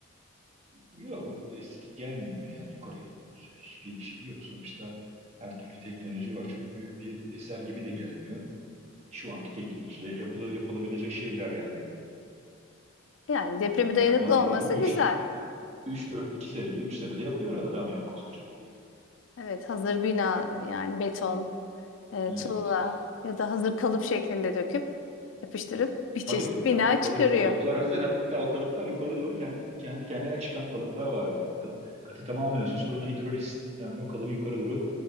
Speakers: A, on the right; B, on the left.
A: Yok, o estetik gelmiyor yani yukarı yolu hiçbir şey yok. Sonuçta her türlü teknoloji var. Çok büyük bir eser gibi de gelmiyor. Şu anki teknolojide yapılı, yapılabilecek şeyler yani.
B: Yani depreme dayanıklı
A: Yani ne ne oluyor?
B: olması
A: 3
B: güzel.
A: 3 4 2 senede 3 senede yapıyor adam yani koskoca kuleyi.
B: Evet, hazır bina yani beton, e,
A: Evet.
B: tuğla ya da hazır kalıp şeklinde döküp yapıştırıp bir çeşit
A: Tabii
B: bina
A: ka- kalıp
B: çıkarıyor.
A: kalıplar hazır. Hatta o kalıplar yukarı doğru kendi, kendi kendine çıkan kalıplar var yani. Ka- katı tamamlıyorsun sonra hidrolik sistemle o kalıbı yukarı doğru